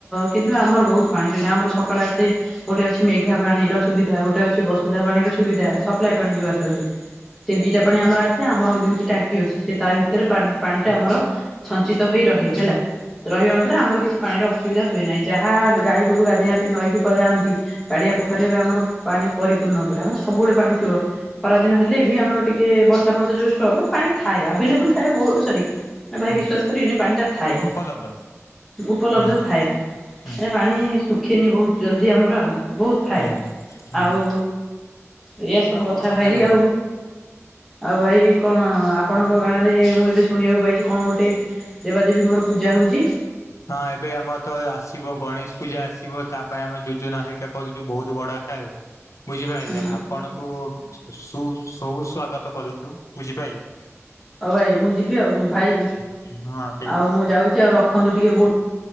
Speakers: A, in the centre; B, on the left.
A: କିନ୍ତୁ ଆମର ବହୁତ ପାଣି ସେଟା ଆମର ସକାଳେ ଆସେ। ଗୋଟେ ଅଛି ମେଘା ପାଣିର ସୁବିଧା ଗୋଟେ ଅଛି ବସୁଧା ପାଣିର ସୁବିଧା ସପ୍ଲାଏ ପାଣି ଯୋଉ ଆସନ୍ତି। ସେ ଦିଟା ପାଣି ଆମର ଆସେ ଆମର ଦୁଇଟି ଟାଙ୍କି ଅଛି ସେ ତା ଭିତରେ ପା ପାଣି ଟା ଆମର ସଞ୍ଚିତ ହେଇ ରହେ ହେଲା ରହିବା ମାତ୍ର ଆମର କିଛି ପାଣିର ଅସୁବିଧା ହୁଏ ନାହିଁ ଯାହା ଗାଈ ଗୋରୁ ଗାଧୋଇବା ପାଇଁ ନଈକି ପଳାନ୍ତି। ପାଡିଆ ପୋଖରୀ ବି ଆମର ପାଣି ପରିପୂର୍ଣ୍ଣ ପୁରା ଆମ ସବୁବେଳେ ପାଣି ଥିବ ଖରା ଦିନ ହେଲେ ଆମର ଟିକେ <unintelligible> ଥାଏ ଆବେଲେବୁଲ ଥାଏ। ଭାଇ
B: ହଁ
A: ବିଶ୍ୱାସ କରିବନି ପାଣି ଟା ଥାଏ।
B: ଉପଲବ୍ଧ
A: ଉପଲବ୍ଧ
B: ହୁଁ
A: ଥାଏ
B: ହୁଁ
A: ସେ ପାଣି ଶୁଖେନି ବହୁତ ଜଲଦି ଆମର ଆଉ ବହୁତ ଥାଏ
B: ହୁଁ ହୁଁ ହୁଁ
A: ଆଉ
B: ହୁଁ।
A: ଏଇଆ
B: ପାଣିର
A: ସବୁ
B: ଅଭାବ
A: କଥା
B: ନଥାଏ
A: ଭାଇ ଆଉ ଆଉ ଭାଇ କଣ ଆପଣଙ୍କ ଗାଁ ରେ ମୁଁ ଏବେ ଶୁଣିବାକୁ ପାଇଛି କଣ ଗୋଟେ। ଦେବାଦେବୀଙ୍କର ପୂଜା ହଉଛି।
B: ହଁ ଏବେ ଆମର ତ ଆସିବ ଗଣେଶ ପୂଜା ଆସିବ ତା ପାଇଁ ଆମେ ଯୋଜନା ହେଇିକା କରୁଛୁ ବହୁତ ବଡା ଆକାରରେ ବୁଝିପାଇଲେ
A: ହୁଁ
B: ଆପଣଙ୍କୁ ସୁ ସବୁ ସ୍ଵାଗତ କରୁଛୁ ବୁଝିପାଇଲେ।
A: ହଉ ଭାଇ ମୁଁ ଯିବି ଆଉ ଭାଇ
B: ଅଛି ହଁ ଠିକ
A: ଆଉ
B: ଅଛି
A: ମୁଁ ଯାଉଛି ଆଉ ରଖନ୍ତୁ ଟିକେ ବହୁ